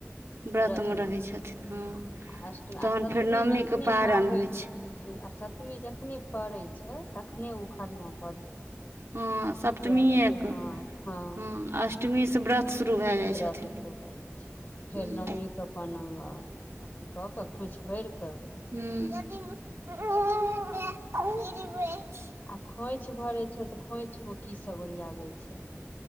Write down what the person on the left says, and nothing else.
व्रत मे
छै
आ अष्टमी
आ सप्तमी
जखने
पाबै
आ सप्तमी जखने पड़ैत छै तखने ओ खरना भऽ जाइत छै
जए बजे
हँ हँ
व्रत
शुरू भऽ जाइ छै फेर
नमीे क <unintelligible> अथी कऽ कऽ खोइछ भरिक
आ खोँइछ भरै छै तऽ खोइछ मे की सब ओरियाबै छै